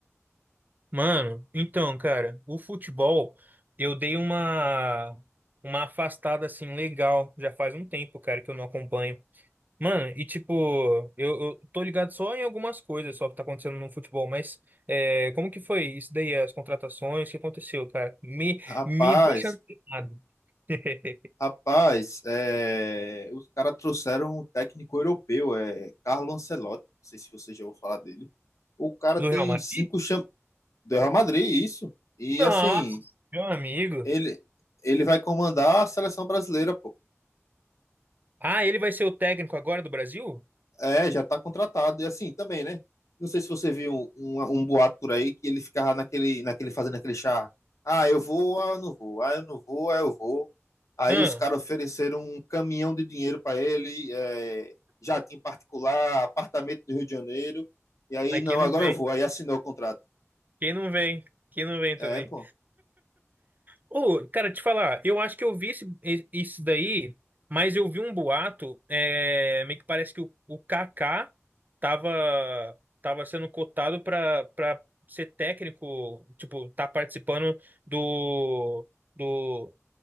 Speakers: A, on the right; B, on the left.
A: Mano, então, cara, o futebol, eu dei uma uma afastada assim legal, já faz um tempo, cara, que eu não acompanho. Mano, e tipo, eu, eu tô ligado só em algumas coisas só que tá acontecendo no futebol, mas é, como que foi isso daí, as contratações, o que aconteceu, cara? Me,
B: Rapaz,
A: me deixa antenado. <laughs>
B: rapaz, é, os caras trouxeram um técnico europeu, é Carlo Ancelotti. Não sei se você já ouviu falar dele. O cara
A: Do
B: tem
A: Real Madrid?
B: cinco cham... do Real Madrid, isso. E
A: Nossa,
B: assim,
A: meu amigo.
B: Ele, ele vai comandar a seleção brasileira, pô.
A: Ah, ele vai ser o técnico agora do Brasil?
B: É, já tá contratado. E assim também, né? Não sei se você viu um, um, um boato por aí que ele ficava naquele, naquele fazendo aquele charme. Ah, eu vou, ah, eu não vou, ah, eu não vou, ah, eu vou. Aí
A: Ah,
B: os caras ofereceram um caminhão de dinheiro para ele, é, jatinho particular, apartamento do Rio de Janeiro. E aí,
A: aí
B: não,
A: quem não
B: agora
A: vem?
B: eu vou. Aí assinou o contrato.
A: Quem não vem? Quem não vem
B: É,
A: também?
B: pô.
A: Ô, cara, te falar, eu acho que eu vi esse- e- isso daí, mas eu vi um boato, é, meio que parece que o, o Kaká tava, tava sendo cotado pra, pra ser técnico, tipo, tá participando do, do,